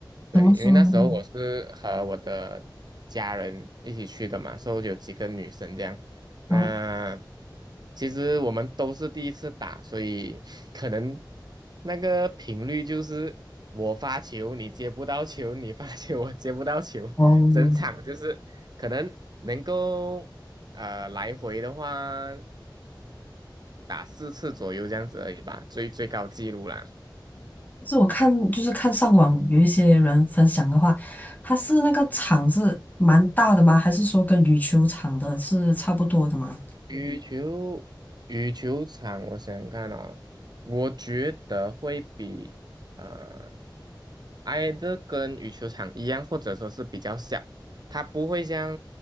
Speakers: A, on the right; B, on the left.
A: 对，
B: 怎么说呢？
A: 因为那时候我是和我的家人一起去的嘛，所以有几个女生这样。那
B: 嗯，
A: 其实我们都是第一次打，所以 <laughs> 可能那个频率就是我发球你接不到球，你发球我接不到球，
B: 哦，
A: 整场就是可能能够。呃，来回的话打四次左右这样子而已吧，最最高纪录啦。
B: 就是我看，就是看上网有一些人分享的话，他是那个场是蛮大的吗？还是说跟羽球场的是差不多的吗？
A: 羽球羽球场，我想想看哦，我觉得会比呃挨得跟羽球场一样，或者说是比较小，它不会像